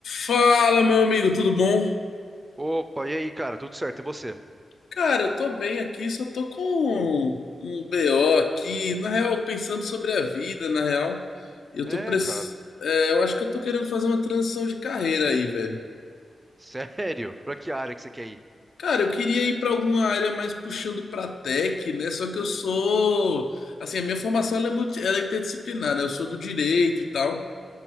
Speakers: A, on the left; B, on the right.
A: Fala, meu amigo, tudo bom?
B: Opa, e aí, cara? Tudo certo? E você?
A: Cara, eu tô bem aqui, só tô com um BO aqui, na real, pensando sobre a vida, na real. Eu
B: É,
A: tô press...
B: cara.
A: é, eu acho que eu tô querendo fazer uma transição de carreira aí, velho.
B: <laughs> Sério? Pra que área que você quer ir?
A: Cara, eu queria ir pra alguma área mais puxando pra tech, né? Só que eu sou, assim, a minha formação ela é multi... ela é interdisciplinar, né? Eu sou do direito e tal.